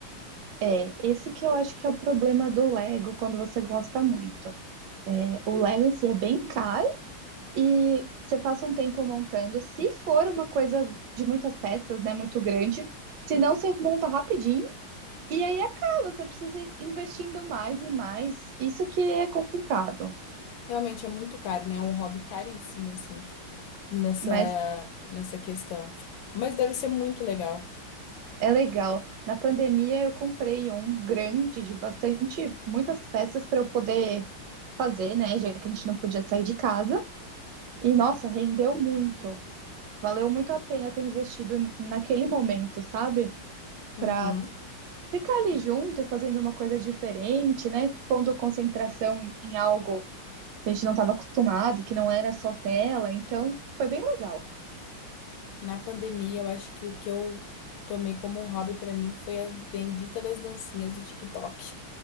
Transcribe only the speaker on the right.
É, esse que eu acho que é o problema do Lego quando você gosta muito. É, o Lego em si é bem caro E você passa um tempo montando. Se for uma coisa de muitas peças, né, muito grande, se não, você monta rapidinho e aí acaba. Você precisa ir investindo mais e mais. Isso que é complicado,
mas
é legal. Na pandemia, eu comprei um grande de bastante, muitas peças para eu poder fazer, né, já que a gente não podia sair de casa. E nossa, rendeu muito. Valeu muito a pena ter investido naquele momento, sabe?
Para ficar ali junto e fazendo uma coisa diferente, né? Pondo concentração em algo que a gente não estava acostumado, que não era só tela. Então, foi bem legal.